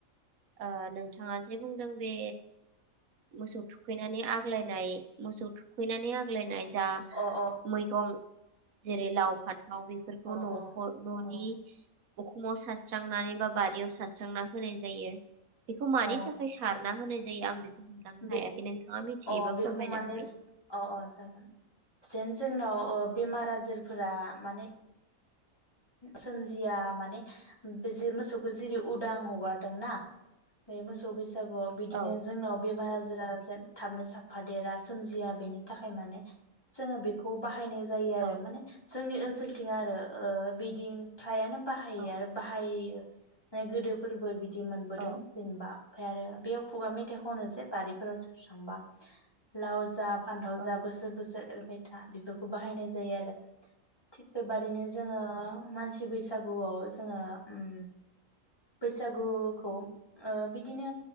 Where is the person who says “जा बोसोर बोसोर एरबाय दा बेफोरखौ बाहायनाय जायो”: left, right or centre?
Left